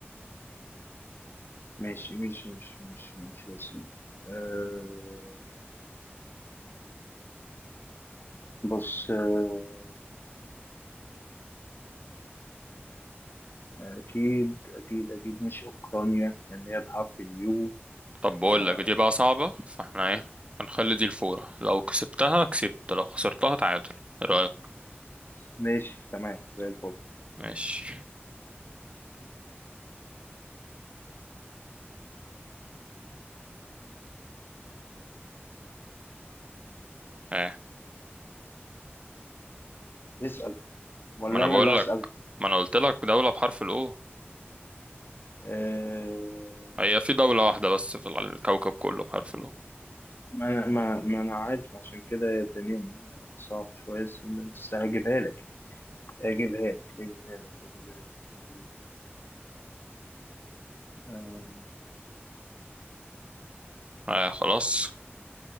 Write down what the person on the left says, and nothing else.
ماشي ماشي ماشي ماشي ماشي يا سيدي آه بص آه أكيد أكيد أكيد مش أوكرانيا لأن هي بحرف اليو
آه
ماشي تمام زي الفل
اسأل ولا
أنا
اللي
أسأل
آه
ما أنا ما, ما أنا عارف عشان كده هي الدنيا صعبة شوية بس بس هجيبها لك هجيبها لك هجيبها لك هجيبها لك هجيبها لك آه